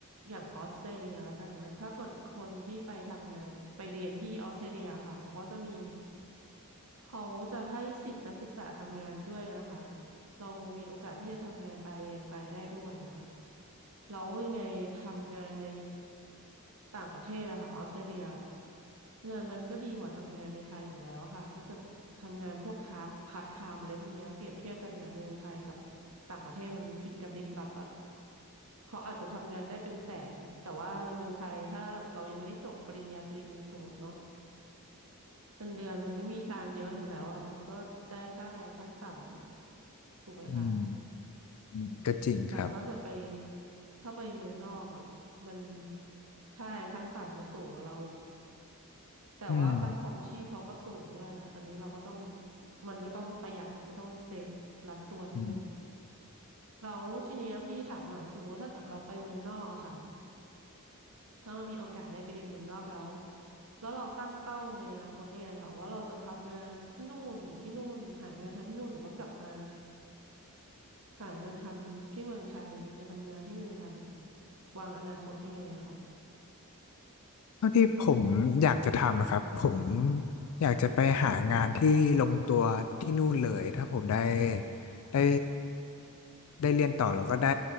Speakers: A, on the right; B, on the left.
A: อย่างออสเตรเลียแล้วกันนะถ้าเกิดคนที่ไปทำงานไปเรียนที่ออสเตรเลียค่ะเขาก็จะมีเขาจะให้สิทธินักศึกษาทำงานด้วยนะคะ เรามีโอกาสที่จะทำงานไปเรียนไปได้ด้วยอะค่ะแล้วยังไงทำงานในต่างประเทศอะค่ะออสเตรเลียเงินมันก็ดีกว่าทำงานในไทยอยู่แล้วอะค่ะถ้าเกิดทำงานพวกทาร์พาร์ทไทม์อะไรพวกเนี้ยเปรียบเทียบกันกับเมืองไทยกับต่างประเทศมันผิดกันลิบลับอะเขาอาจจะทำงานได้เป็นแสนแต่ว่าในเมืองไทยถ้าเรายังไม่ได้จบปริญญาตรีสมมติเนาะเงินเดือนมันไม่มีทางเยอะอยู่แล้วอ่ะมันก็ได้ค่าแรงขั้นต่ำอะถูกไหมคะ
B: อืมอืมก็จริงครับ
A: แต่ว่าถ้าเกิดไปถ้าไปเมืองนอกอ่ะมันค่าแรงขั้นต่ำเขาสูงกว่าเราอีกแต่ว่าค่าครองชีพเขาก็สูงด้วยอะอันนี้เราก็ต้อง
B: อืม
A: มันก็ต้องประหยัดมันก็ต้องเซฟรัดตัวนิดนึงอะ
B: อืม
A: แล้วทีเนี้ยพี่ถามหน่อยสมมติว่าถ้าเกิดเราไปเมืองนอกอะค่ะถ้าเรามีโอกาสได้ไปเรียนเมืองนอกแล้วแล้วเราตั้งเป้าในอนาคตยังไงค่ะว่าเราจะทำงานที่นู่นอยู่ที่นู่นหางานทำที่นู่นหรือว่ากลับมา หางานทำที่เมืองไทยมาทำงานที่เมืองไทยวางอนาคตยังไงอะคะ
B: เท่าที่ผมอยากจะทำนะครับผมอยากจะไปหางานที่ลงตัวที่นู่นเลยถ้าผมได้ได้ได้เรียนต่อแล้วก็ได้